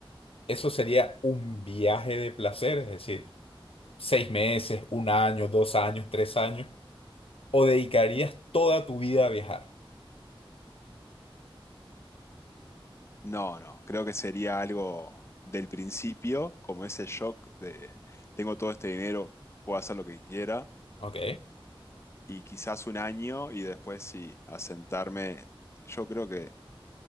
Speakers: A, on the left; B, on the left.
A: Eso sería un viaje de placer, es decir, seis meses, un año, dos años, tres años, o dedicarías toda tu vida a viajar.
B: No, no, creo que sería algo del principio, como ese shock de tengo todo este dinero, puedo hacer lo que quiera,
A: Ok,
B: y quizás un año y después sí, asentarme. Yo creo que